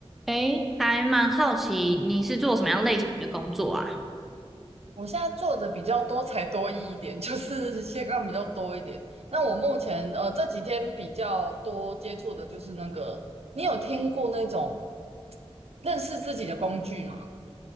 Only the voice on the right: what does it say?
我现在做的比较多才多艺一点，<laughs> 就是斜杠比较多一点。那我目前呃这几天比较多接触的就是那个，你有听过那种认识自己的工具吗？